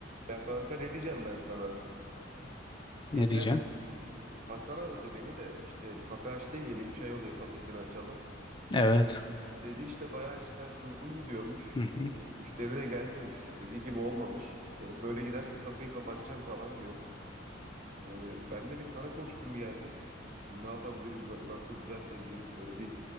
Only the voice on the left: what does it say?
Ne diyeceksin?
Evet.
Hı
hı.